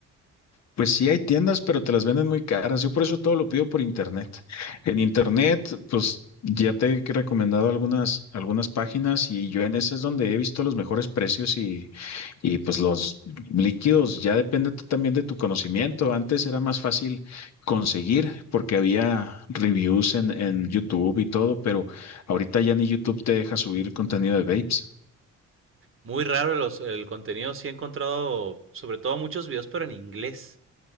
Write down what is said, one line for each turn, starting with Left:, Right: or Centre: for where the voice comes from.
Left: Pues sí, hay tiendas, pero te las venden muy caras. Yo por eso todo lo pido por internet. En internet, pues ya te he recomendado algunas, algunas páginas y yo en esas es donde he visto los mejores precios y, y pues los líquidos. Ya depende t- también de tu conocimiento. Antes era más fácil conseguir porque había reviews en, en YouTube y todo, pero ahorita ya ni YouTube te deja subir contenido de vapes.
Right: Muy raro los, el contenido, sí he encontrado sobre todo muchos videos, pero en inglés.